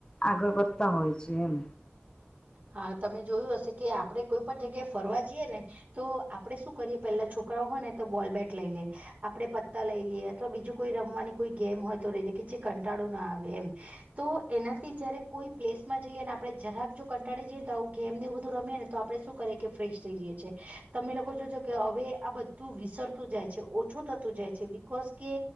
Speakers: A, on the left; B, on the right.
A: આગળ વધતા હોય છે એમ
B: હા તમે જોયું હશે કે આપણેે કોઈ પણ જગ્યાએ ફરવા જઈએ ને તો આપડે શું કરીએ પેલા છોકરાઓ હોય ને તો બોલ- બેટ લઈ લે આપણે પત્તા લઈ લઈએ અથવા બીજું કોઈ રમવાની કોઈ ગેમ હોય તો રહી દે કે જે કંટાળો ના આવે એમ તો એનાથી જયારે કોઈ પ્લેસ માં જઈએ અને આપણે જરાક જો કંટાળી જઈએને તો આવ ગેમ ને બધું રમીએ ને તો આપણે શું કરીએ કે ફ્રેશ થઈ જઈએ છીએ તમે લોકો જોજો કે હવે આ બધ તુ વિસરતું જાય છે ઓછું થતું જાય છે બિકોઝ કે